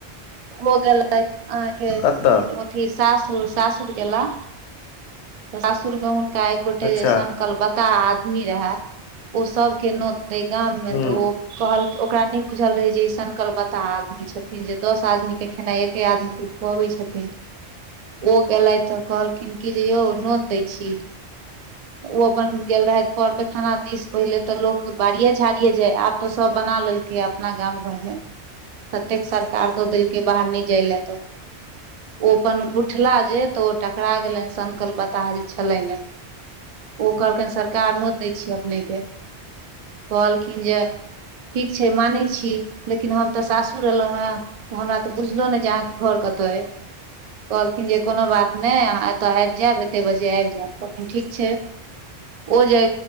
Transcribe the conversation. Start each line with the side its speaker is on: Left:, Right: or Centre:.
Right: हौ गेलैथ। अहाँके
Left: कतऽ
Right: ओथि सासुर सासु गैला सासुर मे हुन कै गोटै
Left: अच्छा
Right: ऐसन कल बताह आदमी रहे ओ सब केनो ए गाम मे
Left: हूँ
Right: त ओ कहल औ ओकरा नै बुझल रहै जे ऐसन कल बताह आदमी छथिन जे दस आदमी के खेनाय एके आदमी के खुआबै छथिन औ गेलै त कहलखिन्ह की जे यौ नौत दै छी, ओ अपन गेल रहे पोर पैखाना दिस पहिला तऽ लोक बारिये छाड़िये जाय आब तऽ सब बना लेल यै अपना गाम घर मे तत्तेक सर कार द देल कै बाहर नै जाय लए तऽ ओ अपन उठला जे तऽ ओ टकरा गेलैन सनकल बताह जे छलैन ए औ कहल कैन सरकार नौत दै छी अपने के कहलखिन जे ठीक छै मानै छी लेकिन हम तऽ सासुर एलौए हमरा तऽ बुझलौ नै जे अहाँके घर कताए कहलखिन जे कोनो बात नै अहाँ एतय आएब जायब एतेक बजे आएब जायब कहलखिन ठीक छै औ जे